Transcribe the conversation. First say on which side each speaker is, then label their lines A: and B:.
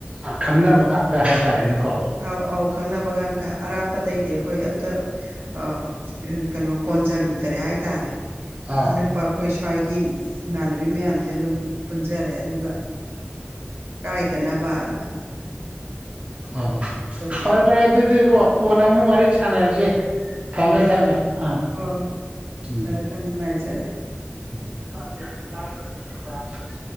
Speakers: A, on the right (about 30°); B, on the right (about 65°).
A: ꯑ ꯈꯪꯅꯕ ꯉꯥꯛꯇ ꯍꯥꯏꯇꯥꯔꯦꯅꯦꯀꯣ
B: ꯑꯥꯎ ꯑꯥꯎ ꯈꯪꯅꯕ ꯉꯥꯛꯇ ꯑꯔꯥꯞꯄꯗꯩꯗꯤ ꯑꯩꯈꯣꯏ ꯑꯝꯇ ꯑꯥꯎ ꯎꯝ ꯀꯩꯅꯣ ꯀꯣꯟꯖꯜꯂꯨꯗꯔꯦ ꯍꯥꯏꯇꯥꯔꯦ
A: ꯑꯥ
B: ꯑꯅꯛꯄ ꯑꯩꯈꯣꯏ ꯁ꯭ꯋꯥꯏꯒꯤ ꯏꯃꯥꯟꯅꯕꯤ ꯃꯌꯥꯝꯖ‌ꯦ ꯑꯗꯨꯝ ꯄꯨꯟꯖꯔꯦ ꯑꯗꯨꯒ ꯀꯥꯏꯗꯅꯕ ꯑꯅ
A: ꯑꯣ
B: ꯇꯧꯖꯕ
A: ꯐꯔꯦ ꯐꯔꯦ ꯑꯗꯨꯗꯤꯀꯣ ꯀꯣꯟꯅ ꯑꯃꯨꯛ ꯋꯥꯔꯤ ꯁꯥꯟꯅꯔꯖꯤ ꯊꯝꯃꯦ ꯊꯝꯃꯦ ꯑꯥ
B: ꯍꯣꯏ ꯍꯣꯏ
A: ꯎꯝ
B: ꯐꯔꯦ ꯐꯔꯦ ꯑꯝ ꯅꯨꯡꯉꯥꯏꯖꯔꯦ
A: ꯎꯝ <unintelligible>